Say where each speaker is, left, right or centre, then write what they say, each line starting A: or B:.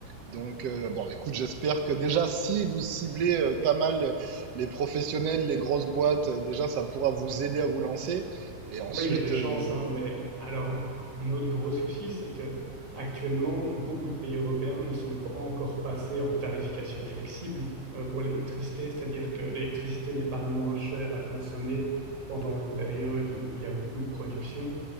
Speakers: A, on the right; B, on the right.
A: Donc euh, bon, écoute, j'espère que déjà, si vous ciblez euh, pas mal les professionnels, les grosses boîtes, euh, déjà, ça pourra vous aider à vous lancer. Et ensuite,
B: Oui, il y a des chances,
A: euh,
B: hein, mais alors un autre gros souci, c'est que actuellement, beaucoup de pays européens ne sont pas encore passés en tarification flexible euh, pour l'électricité, c'est-à-dire que l'électricité n'est pas moins chère à consommer pendant une période où il y a beaucoup de production.